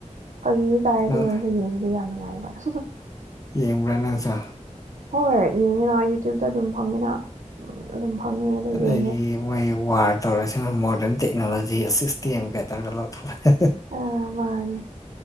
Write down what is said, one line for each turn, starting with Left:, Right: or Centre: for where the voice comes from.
Right: ꯐꯥꯒꯤ ꯇꯥꯏꯗꯨ
Left: ꯅꯪ
Right: ꯑꯣꯏꯔꯁꯨ ꯌꯦꯡꯕꯗ ꯌꯥꯝ ꯅꯨꯡꯉꯥꯏꯕ ꯍ
Left: ꯌꯦꯡꯕ꯭ꯔꯥ ꯅꯪꯖ
Right: ꯍꯣꯏꯣꯏ ꯌꯦꯡꯉꯤꯅ ꯌꯨꯇ꯭ꯌꯨꯕꯇ ꯑꯗꯨꯝ ꯐꯪꯉꯤꯅ ꯑꯗꯨꯝ ꯐꯪꯉꯦ ꯑꯗꯣ
Left: ꯑꯗꯒꯤ
Right: ꯌꯦꯡꯉꯦ
Left: ꯃꯣꯏ ꯋꯥꯔ ꯇꯧꯔꯁꯤꯅ ꯃꯣꯗꯔꯟ ꯇꯦꯛꯅꯣꯂꯣꯖꯤ ꯁꯤꯁꯇꯦꯝꯒ ꯇꯧꯔꯒ ꯂꯧꯊꯣꯛꯑꯦ
Right: ꯑ ꯃꯥꯅꯦ